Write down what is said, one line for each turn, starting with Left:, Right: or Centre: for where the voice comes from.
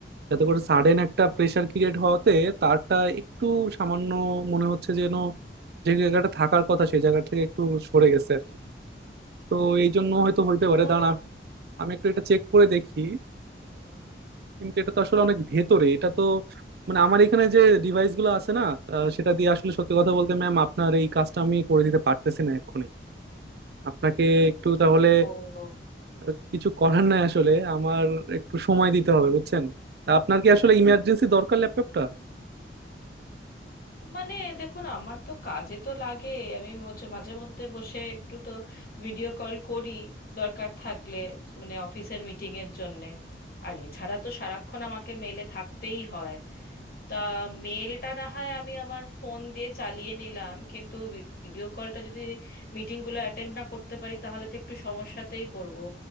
Right: যাতে করে সাডেন একটা প্রেসার ক্রিয়েট হওয়াতে তারটা একটু সামান্য মনে হচ্ছে যেন যে জায়গাটা থাকার কথা সেই জায়গা থেকে একটু সরে গেছে আর কি তো এই জন্য হয়তো হইতে
Left: এবার
Right: পারে দাঁড়ান আ- আমি একটু এটা চেক করে দেখি কিন্তু এটা তো আসলে অনেক ভেতরে এটা তো মানে আমার এখানে যে ডিভাইস গুলো আছে না আহ, সেটা দিয়ে আসলে সত্যি কথা বলতে ম্যাম আপনার এই কাজটা আমি করে দিতে পারতেছি না এক্ষুনি আপনাকে একটু তাহলে
Left: ও
Right: আহ, কিছু করার নাই আসলে আমার একটু সময় দিতে হবে বুঝছেন তা আপনার কি আসলে ইমার্জেন্সি দরকার ল্যাপটপটা
Left: মানে দেখুন আমার তো কাজে তো লাগে আমি মাঝে মাঝে মধ্যে বসে একটু তো ভিডিও কল করি দরকার থাকলে মানে অফিসের মিটিংয়ের জন্যে আর এছাড়া তো সারাক্ষণ আমাকে মেলে থাকতেই হয় তা মেলটা না হয় আমি আমার ফোন দিয়ে চালিয়ে নিলাম কিন্তু ভিডিও কলটা যদি মিটিংগুলো অ্যাটেন্ড না করতে পারি তাহলে তো একটু সমস্যাতেই পড়বো